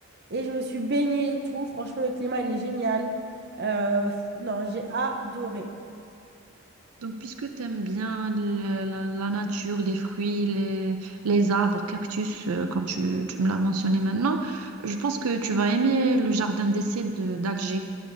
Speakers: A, on the right; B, on the right.
A: et je me suis baignée et tout. Franchement, le climat, il est génial. Euh, f- non, j'ai adoré.
B: Donc, puisque tu aimes bien le- la, la nature, les fruits, les, les arbres, cactus, euh, comme tu, tu me l'as mentionné maintenant, je pense que tu vas aimer le jardin d'essai de- d'Alger.